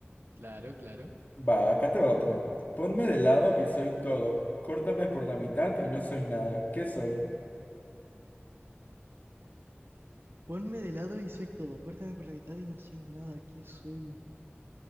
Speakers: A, on the right; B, on the left.
A: Claro, claro.
B: Va, acá te va otra. Ponme de lado y soy todo. Córtame por la mitad y no soy nada. ¿Qué soy?
A: Ponme de lado y soy todo. Córtame por la mitad y no soy nada. ¿Qué soy?